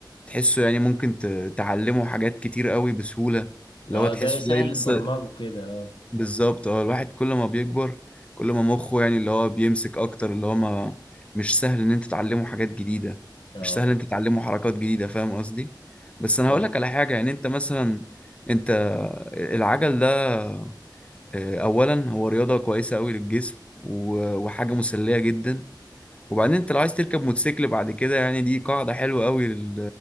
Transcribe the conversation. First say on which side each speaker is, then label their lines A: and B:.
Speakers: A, on the left (about 15°); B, on the left (about 85°).
A: تحسه يعني ممكن ت- تعلمه حاجات كتير قوي بسهولة اللي
B: اه
A: هو تحسه
B: زي سهل
A: زي لسه
B: برمجه كده اه
A: بالظبط اه الواحد كل ما بيكبر كل ما مخه يعني اللي هو بيمسك اكتر اللي هو ما مش سهل ان انت تعلمه حاجات جديدة
B: اه
A: مش سهل ان انت تعلمه حركات جديدة فاهم قصدي بس انا
B: فاهم
A: هقول لك على حاجة يعني انت مثلا انت العجل ده آه، اولا هو رياضة كويسة قوي للجسم و- وحاجة مسلية جدا وبعدين انت لو عايز تركب موتوسيكل بعد كده يعني دي قاعدة حلوة قوي لل...